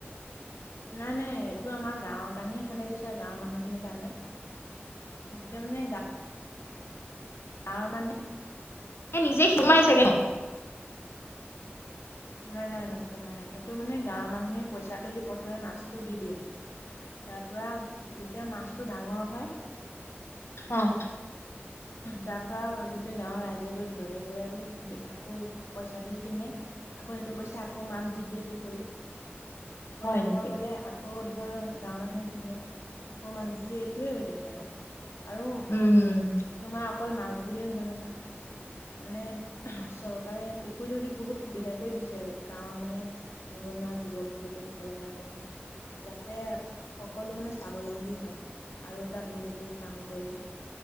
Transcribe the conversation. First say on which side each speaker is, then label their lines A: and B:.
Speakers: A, on the left; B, on the left.
A: নাই নাই এইটো আমাৰ গাঁৱৰ কাৰণেহে খানে দিছে গাঁৱৰ মানুহখিনিৰ কাৰণে গতিকে মানে গা গাঁওৰ মানে
B: এ নিজে সিমাই চাগে ন
A: নাই নাই নসোমাই এইটো মানে গাঁৱৰ মানুহে পইচা তুলি প্ৰথমে মাছটো দি দিয়ে তাৰ পৰা যেতিয়া মাছটো ডাঙৰ হয়
B: আহ।
A: তাৰ পৰা গোটেই গাঁৱৰ ৰাইজে গৈ ধৰে গৈ আৰু আকৌ পইচা দি কিনে আকৌ সেইটো পইচা আকৌ মাছ দি দিয়ে পুখুৰীত। আকৌ
B: হয়
A: ডাঙৰ
B: নেকি?
A: হলে আকৌ আকৌ ধৰ গাঁৱৰ মানুহে কিনে আকৌ মাছ যদি এইটোৱে হৈ থাকে আৰু আৰু
B: উম
A: তোমাৰ অকল মাছ বুলিয়ে নহয় নহয় মানে চৰকাৰে পুখুৰীটো দি বহুত সুবিধা কৰি দিছে গাঁৱৰ মানে নিবনুৱা যুৱক যুৱতী সকলৰ কাৰণে যাতে সকলো মানে স্বাৱলম্বী হয় আৰু তাত বহুতো কাম কৰি